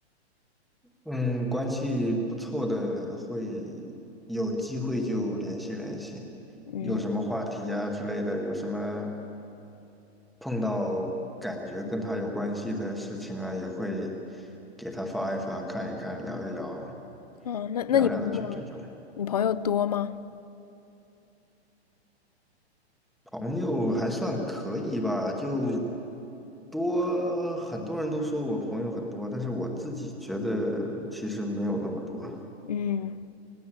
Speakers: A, in the centre; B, on the left.
A: 嗯，关系不错的会有机会就联系联系，
B: 嗯，
A: 有什么话题啊之类的，有什么碰到感觉跟他有关系的事情啊，也会给他发一发，看一看，聊一聊，
B: 哦，那那你朋友，
A: 聊两句这种。
B: 你朋友多吗？
A: 朋友还算可以吧，就多，很多人都说我朋友很多，但是我自己觉得其实没有那么多。
B: 嗯。